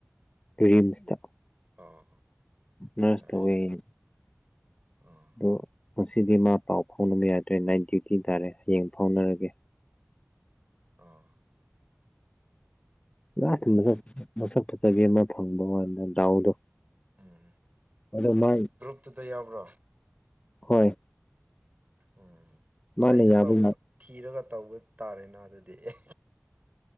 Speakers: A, on the left; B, on the right.
A: ꯔꯤꯝꯁꯇ
B: ꯑꯣ
A: ꯅꯔꯁꯇꯧꯋꯅꯤ
B: ꯌꯥꯏꯅꯦ ꯑꯥ
A: ꯑꯗꯣ ꯉꯁꯤꯗꯤ ꯃꯥ ꯄꯥꯎ ꯐꯥꯎꯅꯕ ꯌꯥꯗ꯭ꯔꯦ ꯅꯥꯏꯠ ꯗ꯭ꯌꯨꯇꯤ ꯇꯥꯔꯦ ꯍꯌꯦꯡ ꯐꯥꯎꯅꯔꯒꯦ <inaudible>
B: ꯑ
A: ꯂꯥꯁꯇ ꯃꯁꯛ
B: ꯌꯥꯏ
A: ꯃꯁꯛ ꯐꯖꯕꯤ ꯑꯃ ꯐꯪꯕ ꯋꯥꯥꯟꯗ ꯗꯥꯎꯗꯣ
B: ꯎꯝ
A: ꯑꯗ ꯃꯥꯏ
B: ꯒ꯭ꯔꯨꯞꯇꯨꯗ ꯌꯥꯎꯕ꯭ꯔꯣ
A: ꯍꯣꯏ
B: ꯎꯝ
A: ꯃꯥꯅ
B: ꯑꯩꯁꯨ
A: ꯌꯥꯕ
B: ꯇꯧꯕ ꯊꯤꯔꯒ ꯇꯧꯕ ꯇꯥꯔꯦꯅ ꯑꯗꯨꯗꯤ ꯑꯦ